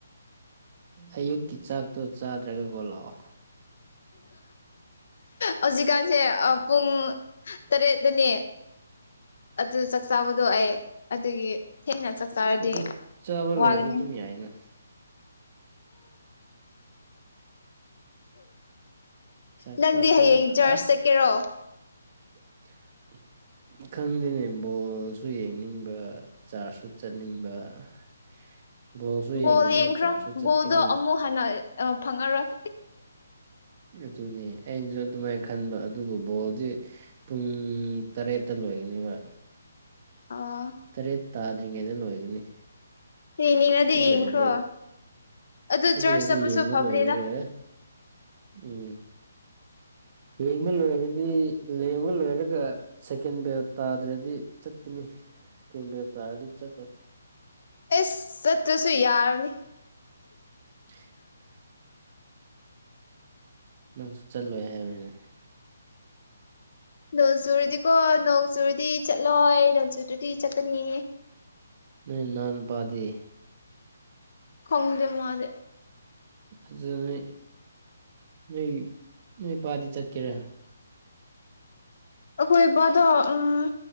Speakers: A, on the right; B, on the left.
A: ꯑꯌꯨꯛꯀꯤ ꯆꯥꯛꯇꯣ ꯆꯥꯗ꯭ꯔꯒ ꯀꯣꯜꯂꯛꯑꯣ
B: ꯍꯧꯖꯤꯛꯀꯥꯟꯁꯦ ꯄꯨꯡ ꯇꯔꯦꯠꯇꯅꯦ ꯑꯗꯨ ꯆꯥꯛ ꯆꯥꯕꯗꯣ ꯑꯩ ꯑꯗꯨꯒꯤ ꯊꯦꯡꯅ ꯇꯔꯗꯤ
A: ꯑꯗꯨ ꯆꯥꯕ ꯂꯣꯏꯔꯁꯨ
B: ꯋꯥꯒꯅꯤ
A: ꯑꯗꯨꯝ ꯌꯥꯏꯅ ꯆꯥꯛ
B: ꯅꯪꯗꯤ
A: ꯆꯥꯊꯣꯛꯑꯒ
B: ꯍꯌꯦꯡ ꯆꯔꯆ ꯆꯠꯀꯦꯔꯣ
A: <unintelligible> ꯈꯪꯗꯦꯅꯦ ꯕꯣꯜꯁꯨ ꯌꯦꯡꯅꯤꯡꯕ ꯆꯥꯔꯖꯁꯨ ꯆꯠꯅꯤꯡꯕ <unintelligible> ꯌꯦꯡꯒꯅꯤ
B: ꯕꯣꯜ ꯌꯦꯡꯈ꯭ꯔꯣ
A: ꯆꯥꯔꯖꯁꯨ ꯆꯠꯀꯅꯤ
B: ꯕꯣꯜꯗꯣ ꯑꯃꯨꯛ ꯍꯟꯅ ꯐꯪꯉꯔꯣꯏ
A: ꯑꯗꯨꯅꯤ ꯑꯩꯅꯁꯨ ꯑꯗꯨꯃꯥꯏꯅ ꯈꯟꯕ ꯑꯗꯨꯕꯨ ꯕꯣꯜꯗꯤ ꯄꯨꯡ ꯇꯔꯦꯠꯇ ꯂꯣꯏꯒꯅꯦꯕ
B: ꯑꯣ
A: ꯇꯔꯦꯠ ꯇꯥꯗ꯭ꯔꯤꯉꯩꯗ ꯂꯣꯏꯒꯅꯤ
B: ꯌꯦꯡꯅꯤꯡꯉꯗꯤ
A: ꯑꯗꯨꯔꯗꯤ
B: ꯌꯦꯡꯈ꯭ꯔꯣ ꯑꯗꯨ
A: ꯑꯗꯨꯔꯗꯤ
B: ꯆꯔꯆ ꯆꯠꯄꯁꯨ
A: ꯌꯦꯡꯕ
B: ꯐꯕꯅꯤꯗ
A: ꯂꯣꯏꯔꯒ ꯎꯝ ꯌꯦꯡꯕ ꯂꯣꯏꯔꯗꯤ ꯂꯦꯡꯕ ꯂꯣꯏꯔꯒ ꯁꯦꯀꯦꯟ ꯕꯦꯜ ꯇꯥꯗ꯭ꯔꯗꯤ ꯆꯠꯀꯅꯤ ꯁꯦꯀꯦꯟ ꯕꯦꯜ ꯇꯥꯔꯗꯤ ꯆꯠꯂꯅꯤ
B: ꯑꯦꯁ ꯆꯠꯇ꯭ꯔꯁꯨ ꯌꯥꯔꯅꯤ
A: <inaudible> ꯅꯪꯁꯨ ꯆꯠꯂꯣꯏ ꯍꯥꯏꯔꯔꯤꯅꯦ
B: ꯅꯣꯡ ꯆꯨꯨꯔꯗꯤꯀꯣ ꯅꯣꯡ ꯆꯨꯔꯗꯤ ꯆꯠꯂꯣꯏ ꯅꯣꯡꯆꯨꯗꯗꯤ ꯆꯠꯀꯅꯤ
A: ꯅ ꯅꯥꯅ ꯄꯥꯗꯦ
B: ꯈꯣꯡꯗꯦ ꯃꯔꯦ
A: ꯑꯗꯨ ꯅꯣꯏ ꯅꯣꯏ ꯅꯣꯏ ꯏꯄꯥꯗꯤ ꯆꯠꯀꯦꯔꯦ
B: ꯑꯩꯈꯣꯏ ꯏꯕꯗꯣ ꯎꯝ